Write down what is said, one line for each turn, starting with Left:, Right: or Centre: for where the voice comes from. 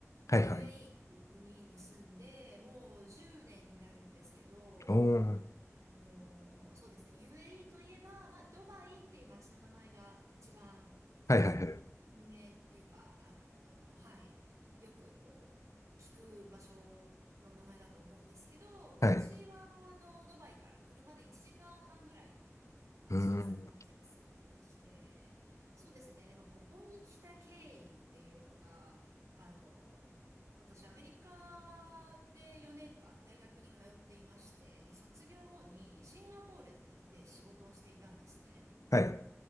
Left: はいはい。
Right: UAE っていう国に住んで、もう10年になるんですけど、
Left: おー、
Right: あの、そうですね。UAE といえば、まあ、ドバイっていう街の名前が一番、その、
Left: はいはいはい。
Right: 有名っていうか、あの、はい。よくこう、聞く場所の名前だと思うんですけど、うちは、
Left: はい。
Right: あの、ドバイから車で1時間半ぐらいの、まあ、
Left: うーん。
Right: 小さな町に住んでいまして、そうですね。まあ、ここに来た経緯っていうのが、あの、私、アメリカで4年間大学に通っていまして、で、卒業後にシンガポールで仕事をしていたんですね。
Left: はい。